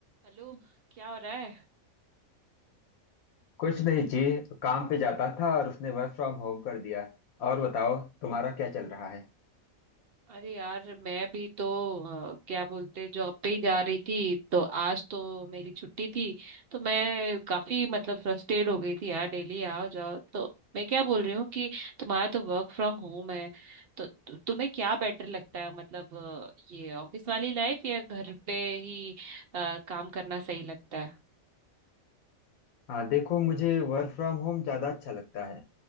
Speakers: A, on the right; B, on the left.
A: Hello क्या हो रहा है
B: कुछ नहीं जी काम पे जाता था और उसने वर्क फ्रॉम होम कर दिया और बताओ तुम्हारा क्या चल रहा है
A: अरे यार मैं भी तो अ, क्या बोलते जॉब पे ही जा रही थी तो आज तो मेरी छुट्टी थी तो मैं काफी मतलब फ्रस्ट्रेट हो गई थी यार डेली आओ जाओ तो मैं क्या बोल रही हूँ कि तुम्हारा तो वर्क फ्रॉम होम है तो तु, तुम्हें क्या बेटर लगता है मतलब अ, ये ऑफिस वाली लाइफ या घर पे ही अ, काम करना सही लगता है
B: हाँ देखो मुझे वर्क फ्रॉम होम ज़्यादा अच्छा लगता है